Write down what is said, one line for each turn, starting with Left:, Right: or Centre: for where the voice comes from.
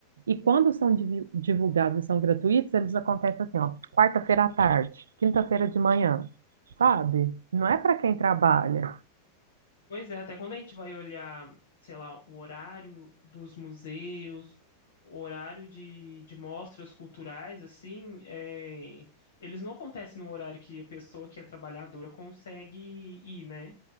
Right: E quando são divi- divulgados e são gratuitos, eles acontecem assim, ó, quarta-feira à tarde, quinta-feira de manhã sabe? Não é para quem trabalha.
Left: Pois é, até quando a gente vai olhar, sei lá, o horário dos museus, o horário de, de mostras culturais, assim, é, eles não acontecem no horário que a pessoa que é trabalhadora consegue ir, né?